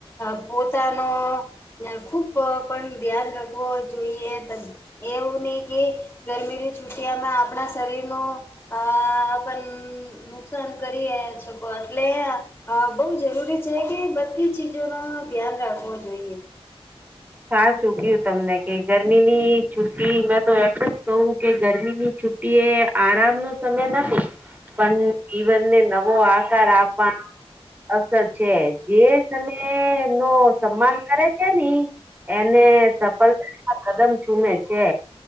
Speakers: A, on the left; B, on the right.
A: હ પોતાનો ખુબ પણ ધ્યાન રાખવો જોઈએ એવું નહી કે ગરમીની છુટિયામાં આપણા શરીરનો અ પણ નુકસાન કરીએ છકો એટલે અ બહુ જરૂરી છે કે બધી ચીજો ન ધ્યાન રાખવો જોઈએ
B: સાા ચૂક્યું તમને કે ગરમીની છુટી મેં તો એટલું જ કહું કે ગરમીની છુ એ આરામ નો સમય નથી પણ જીવનને નવો આકાર આપવાનો અવસર છે જે તય નો સન્માન કરે છે ની એને સફળતા કદમ ચૂમે છે